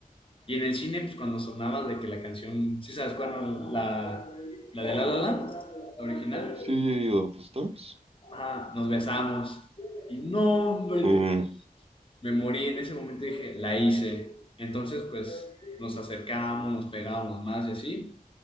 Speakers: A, on the left (about 35°); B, on the right (about 40°).
A: Y en el cine, pues cuando sonaba de que la canción, ¿sí sabes cuál? No? La, la de La La Land, la original.
B: ¿Sí of Stars?
A: Ah, nos besamos. Y no, hombre,
B: Mm.
A: me morí. En ese momento dije, la hice. Entonces, pues nos acercamos, nos pegábamos más y así.